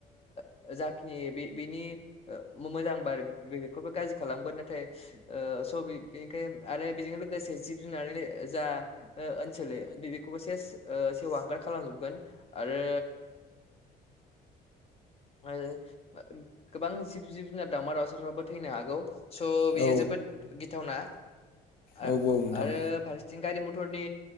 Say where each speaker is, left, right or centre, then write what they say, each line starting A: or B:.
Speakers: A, on the left; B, on the left.
A: ओ जाखिनि बे बेनि मोजां बार बे बेखौबो गाज्रि खालामगोन नाथाय ओ स बेनिखायनो आरो बेजों लोगोसे जिब-जुनारनो जा ओ ओनसोल बेखौबो से ओ सेवहांगार खालामजोबगोन आरो आरो गोबां जिब जिब-जुनार दावमा-दावउसाफ्राबो थैनो हागौ। स' बेयो
B: औ
A: जोबोद गिथावना
B: औ
A: आ-आरो
B: औ नोंथां
A: फारसेथिं गारि मथरनि